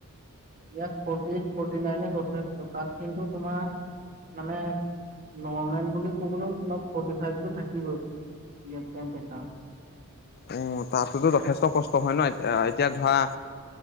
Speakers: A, on the right (about 40°); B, on the left (about 45°).
A: ইয়াত ফৰ্টি এইট, ফৰ্টি নাইনে যথেষ্ট। তাত কিন্তু তোমাৰ মানে নৰ্মেল বুলি ক'বলৈ তোমাক ফৰ্টি ফাইভটো থাকিবই ইয়াত টেমপেছা।
B: অ' তাততোটো যথেষ্ট কষ্ট হয় ন? এত-আ এতিয়া ধয়া